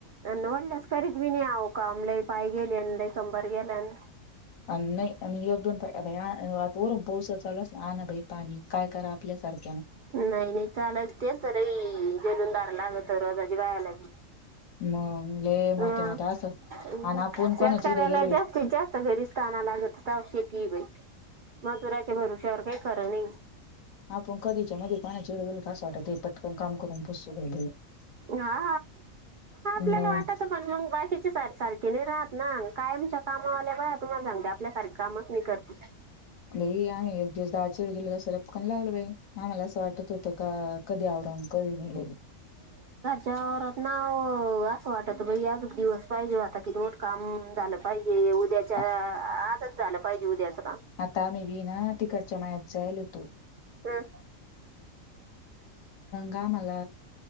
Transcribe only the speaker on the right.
अ वडल्यास खरीच मी नाही आ कामला पाय गेले ल शंभर गेला <inaudible> <unintelligible>
नाही नाही चाल ते तर र जलुदार लाग तरवाजाज वयाला गे <unintelligible> <unintelligible> <unintelligible>
ह
ह
शेतकला
जास्तीत जास्त बेरस्ताानला <unintelligible> <inaudible> <unintelligible> शेतीली मजुराच्या भरश्यावर काही खरं नाही <inaudible>
हा आपल्याला
वाटत पण मग बा <unintelligible> <unintelligible> <unintelligible> कीचे सारे सारखे नाही राहात ना काय आमच्या कामा आल्या का तुम्हाला सांगते आपल्यासारखे कामच मी करते <unintelligible>
त्याहरात ना असं वाटत बाई आज दिवस पाहिजे आता किती मोठ काम झालं पाहिजे <unintelligible> <inaudible> ज उद्याच्या
आजच झालं पाहिजे उद्याच <unintelligible> <inaudible>
हं,